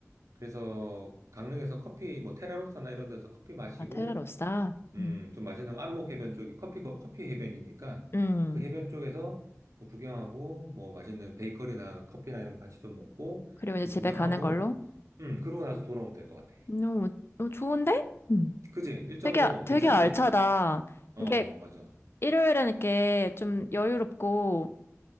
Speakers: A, on the right (about 75°); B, on the left (about 50°).
A: 그래서 강릉에서 커피, 뭐 테라로사나 이런 데서 커피 마시고,
B: 아, 테라로사.
A: 음,
B: 음.
A: 좀 맛있는 안목 해변 쪽이 커피, 거- 커피 해변이니까
B: 음.
A: 그 해변 쪽에서 뭐 구경하고, 뭐 맛있는 베이커리나 커피나 이런 거 같이 좀 먹고,
B: 그리고 이제
A: 좀
B: 집에
A: 구경하고,
B: 가는 걸로?
A: 음, 그러고 나서 돌아오면 될 것 같아.
B: 너무 어, 좋은데? 음.
A: 그지? 1.5
B: 되게,
A: 괜찮지?
B: 되게 알차다.
A: 어,
B: 이게
A: 어, 맞아.
B: 일요일엔 이렇게 좀 여유롭고